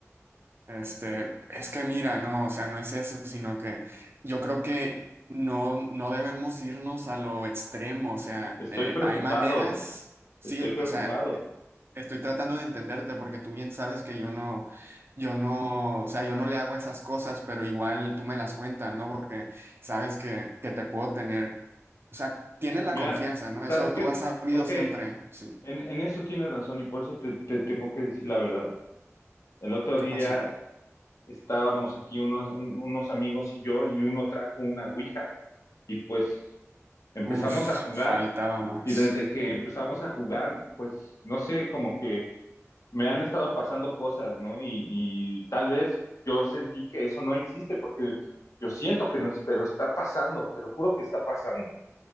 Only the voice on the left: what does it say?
Estoy
preocupado,
estoy preocupado.
Mira,
¿sabes
qué?
Ok,
en, en eso tienes razón y por eso te, te tengo que decir la verdad. El otro
día
estábamos aquí unos, un- unos amigos y yo y uno trajo una ouija y pues empezamos
a jugar
y desde que empezamos a jugar, pues no sé, como que me han estado pasando cosas, ¿no? Y, y tal vez yo sentí que eso no existe porque yo siento que no es, pero está pasando, te lo juro que está pasando.